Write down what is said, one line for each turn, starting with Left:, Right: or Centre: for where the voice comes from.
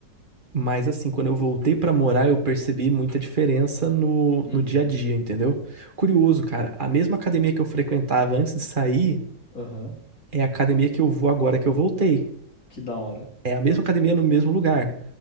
Right: Mas, assim, quando eu voltei pra morar, eu percebi muita diferença no,
Left: Uhum.
Right: no dia a dia, entendeu? Curioso, cara, a mesma academia que eu frequentava antes de sair
Left: Aham.
Right: é a academia que eu vou agora que eu voltei.
Left: Que da hora.
Right: É a mesma academia no mesmo lugar,